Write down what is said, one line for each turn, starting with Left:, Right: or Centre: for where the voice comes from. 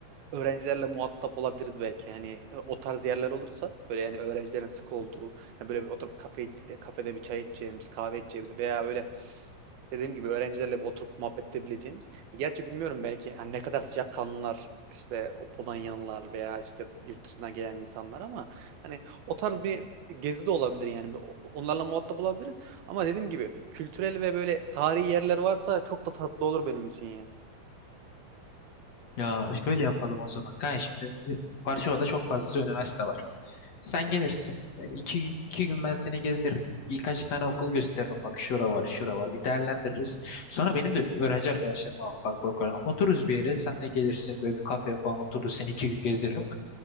Right: öğrencilerle muhatap olabiliriz belki. Hani e, o tarz yerler olursa böyle yani öğrencilerin sık olduğu hani böyle bir oturup kafe iç- e, kafede bir çay içeceğimiz, kahve içeceğimiz veya böyle dediğim gibi öğrencilerle bir oturup muhabbet edebileceğimiz Gerçi bilmiyorum belki hani ne kadar sıcakkanlılar işte o Polonyalılar veya işte yurt dışından gelen insanlar ama hani o tarz bir gezi de olabilir yani. Bir- Onlarla muhatap olabiliriz. Ama dediğim gibi kültürel ve böyle tarihi yerler varsa çok da tatlı olur benim için yani.
Left: Ya şöyle yapalım o zaman. Kanka şimdi e, Varşova'da çok fazla üniversite var. Sen gelirsin. Böyle iki, iki gün ben seni gezdiririm. Birkaç tane okul gösteririm. Bak şura var, şura var. Bir değerlendiririz. Sonra benim de öğrenci arkadaşlarım var farklı okullardan. Otururuz bir yere. Sen de gelirsin. Böyle bir kafeye falan otururuz. Seni iki gün gezdiririm.